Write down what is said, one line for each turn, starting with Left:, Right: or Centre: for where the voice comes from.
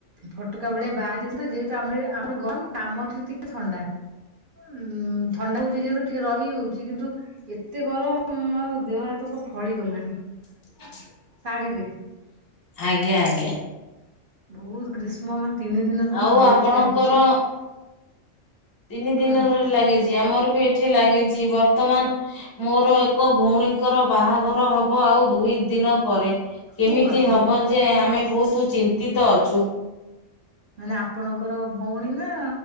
Right: ଫୋଟକା ଭଳିଆ ବାହାରି ଯିବ ସୁଦା ଯେହେତୁ ଆମର ଏ ଆମର ଗରମ ଆମଠୁ ଟିକେ ଥଣ୍ଡା। ଉଁ ଥଣ୍ଡା ହୋଉଚି ଯେହେତୁ ଟିକେ ରହିହୋଉଚି କିନ୍ତୁ ଏତେ ଗରମ ଆମ ଦେହ ହାତ ସ ଫଳିଗଲାଣି।
Left: <inaudible>
Right: ଶଢ଼ୀ ଦେବି।
Left: ଆଜ୍ଞା ଆଜ୍ଞା।
Right: ବୋହୁତ ଗ୍ରୀଷ୍ମ ମାନେ ତିନି ଦିନ ଧରି
Left: ଆଉ
Right: ବୋହୁତ
Left: ଆପଣଙ୍କର
Right: ଲାଗିଛି।
Left: ତିନି ଦିନ
Right: କୁହନ୍ତୁ
Left: ଧରି ଲାଗିଚି ଆମର ଏଠି ଲାଗିଚି ବର୍ତ୍ତମାନ ମୋର ଏକ ଭୋଉଣୀଙ୍କର ବାହାଘର ହବ ଆଉ ଦୁଇ ଦିନ ପରେ କେମିତି
Right: ଓ ବାବାରେ
Left: ହବ ଯେ ଆମେ ବୋହୁତୁ ଚିନ୍ତିତ ଅଛୁ।
Right: ମାନେ ଆପଣଙ୍କର ଭୋଉଣୀ ନା